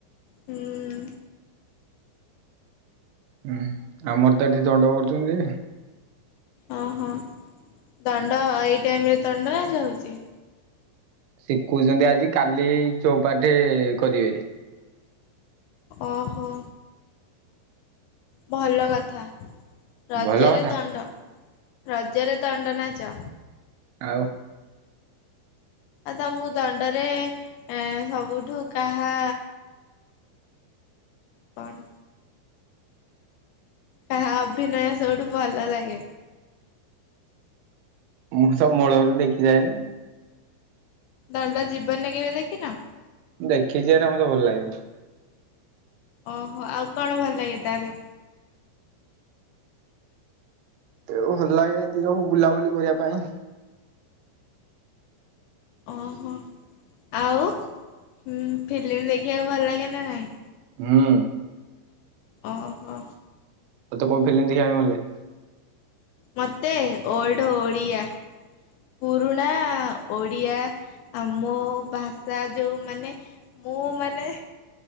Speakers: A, on the left; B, on the right.
A: ହୁଁ।
B: ହୁଁ ଆମର ତ ଏଠି ଦଣ୍ଡ କରୁଛନ୍ତି।
A: ଓହୋ ଦଣ୍ଡ ଏଇ ଟାଇମ ରେ ଦଣ୍ଡ ନାଚ ହୋଉଛି।
B: ଶିକୋଉଚନ୍ତି ଆଜି କାଲି ଚଉପାଠେ କରିବେ।
A: ଓହୋ। ଭଲ କଥା। ରଜରେ
B: ଭଲ କଥା
A: ଦଣ୍ଡ। ରଜରେ ଦଣ୍ଡନାଚ।
B: ଆଉ।
A: ଆଉ ତ ମୁଁ ଦଣ୍ଡରେ ଏ ସବୁଠୁ କାହା କଣ? କାହା ଅଭିନୟ ସବୁଠୁ ଭଲ ଲାଗେ?
B: ମୁଁ ତ ମୂଳରୁ ଦେଖିଯାଏନି।
A: ଦଣ୍ଡ ଜୀବନରେ କେବେ ଦେଖିନ?
B: ଦେଖିଛି ଏଇଟା ମତେ ଭଲ ଲାଗେନି।
A: ଓହୋ ଆଉ କଣ ଭଲ ଲାଗେ ତାହେଲେ?
B: ତେଣୁ ଭଲ ଲାଗେ ଏମିତି ସବୁ ବୁଲାବୁଲି କରିବା ପାଇଁ।
A: ଓହୋ ଆଉ। ହୁଁ ଫିଲ୍ମ ଦେଖିବାକୁ ଭଲ ଲାଗେନି? ନା ନାଇଁ?
B: ହୁଁ।
A: ଓହୋ।
B: ତତେ କୋଉ ଫିଲ୍ମ ଦେଖିବା ପାଇଁ ଭଲ‌ ଲାଗେ?
A: ମୋତେ ଓଲ୍ଡ୍ ଓଡ଼ିଆ। ପୁରୁଣା ଓଡ଼ିଆ ଆ ମୋ ଭାଷା ଯୋଉମାନେ ମୁଁ ମାନେ